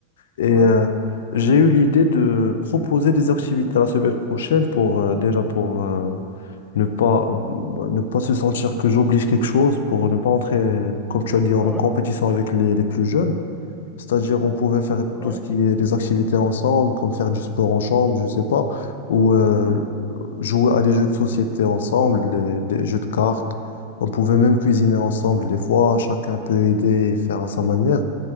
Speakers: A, on the left; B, in the centre.
A: Et
B: ouais,
A: euh, j'ai eu l'idée de proposer des activités la semaine prochaine pour, euh, déjà, pour euh, ne pas, ne pas se sentir que j'oblige quelque chose, pour ne pas entrer, euh, comme tu as dit, en
B: ouais,
A: compétition avec les les plus jeunes. C'est-à-dire, on pouvait faire
B: ouais.
A: tout ce qui est des activités ensemble, comme faire du sport en chambre, je sais pas, ou euh,
B: ouais.
A: jouer à des jeux de société ensemble, des, des jeux de cartes. On pouvait même cuisiner ensemble des fois, chacun peut aider et faire à sa manière.